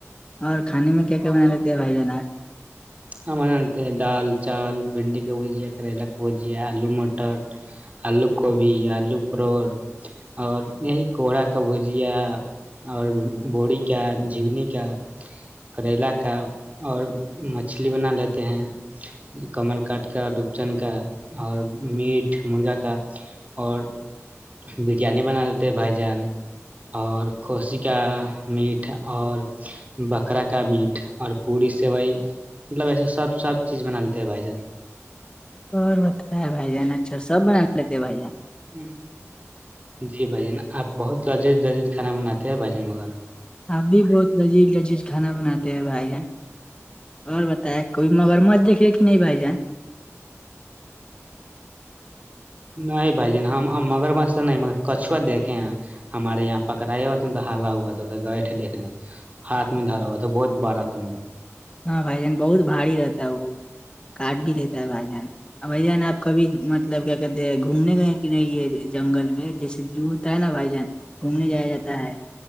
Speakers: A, on the left (about 20°); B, on the right (about 30°).
A: اور کھانے میں کیا کیا بنا لیتے ہیں بھائی جان آپ
B: ہاں ملتے ہیں دال چاول بھنڈی کا بجیا کرل کا بھجیا آلو مٹر آلو کوبھی آلو پروور اور یہی کوہرا کا بھجیا اور بوروری کا جگنی کا کریلا کا اور مچھلی بنا لیتے ہیں کمل کاٹ کا ڈوبچن کا اور میٹ مرغا کا اور بریانی بنا لیتے بھائی جان اور کھسی کا میٹ اور بکرا کا میٹ اور پوڑی سوئی مطلب ایسے سب سب چیز بنا لیتے ہیں بھائی جان
A: اور بت ہے بھائی جان اچھا سب بنا لیتے بھائی جان
B: ہی <unintelligible> جی بھائی جن آپ بہت لذیذ لذذ کھانا بناتے ہیں بھائی جن مگر
A: اپ بھی بہت لذیذ لذیذ کھانا بناتے ہیں بھائی جان اور بتائ کوئی مگرمچ دیکے کہ نہیں بھائی جان
B: نہیں بھائی جن ہم مگر بس تو نہیں کچھوآ دیکھے ہیں ہمارے یہاں پکڑاائے ہو تھا تو حالا ہوا تھا گئےٹے دیکھنے ہاتھ میں دھرا ہوا تھا بہت بارا تھا مگر
A: ہاں بھائی جان بہت بھاری رہتا ہے وہ کارڈ بھی لیتا ہے بھائی جان اور بھائی جان آپ کبھی مطلب کیا کہتے ہیں گھومنے گئے ہیں کہ نہیں یہ جنگل میں جیسے جو ہوتا ہے نا بھائی جان گھومنے جایا جاتا ہے